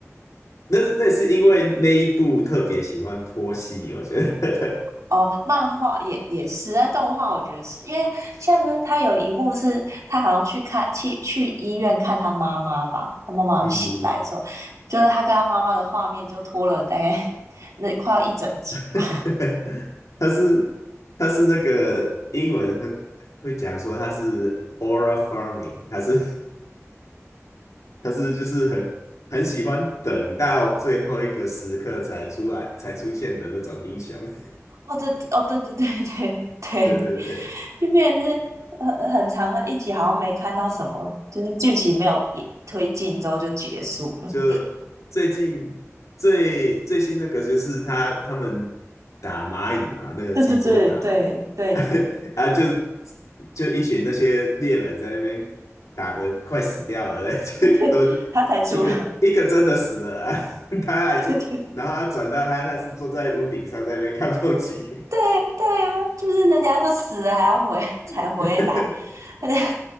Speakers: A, on the left; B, on the right.
A: 那那是因为那一部特别喜欢拖戏，我觉得，
B: 哦，漫画也也是，但动画我觉得是因为像是他有一幕是他好像去看去去医院看他妈妈吧，他妈妈醒来的时候，
A: <laughs> 嗯，
B: 就是他跟他妈妈的画面就拖了大概 <laughs> 那快要一整集吧。
A: <laughs> 他是他是那个英文会会讲说他是 aura farming，它是他是就是很很喜欢等到最后一个时刻才出来才出现的那种英雄。<laughs>
B: 哦，对，哦，对对对对对，
A: 对对对，
B: 就变成是很很长的一集，好像没看到什么，就是剧情没有也推进之后就结束了。
A: 就最近最最新那个就是他他们打蚂蚁嘛，那个济州岛，
B: 对对对对对
A: <laughs> 啊就就一群那些猎人在那边打的快死掉了，<laughs> 就都
B: 对，对他才出来。
A: 一个一个真的死了啊 <laughs> 他还坐，
B: 对对
A: 然后他转到他他是坐在屋顶上在那边看风景。
B: 对对呀，就是人家都死了还要回才回来，
A: <laughs>
B: <laughs> 而且